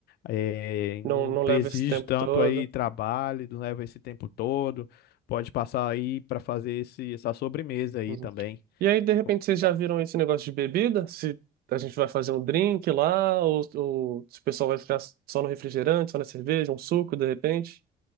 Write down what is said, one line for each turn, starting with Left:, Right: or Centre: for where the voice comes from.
Left: É,
Right: Não,
Left: não
Right: não leva
Left: exige
Right: esse tempo
Left: tanto
Right: todo.
Left: aí trabalho, não leva esse tempo todo. Pode passar aí para fazer esse, essa sobremesa aí
Right: Uhum.
Left: também.
Right: E aí, de repente,
Left: Co-
Right: vocês já viram esse negócio de bebida? Se a gente vai fazer um drink lá, ou, ou se o pessoal vai ficar só no refrigerante, só na cerveja, um suco, de repente.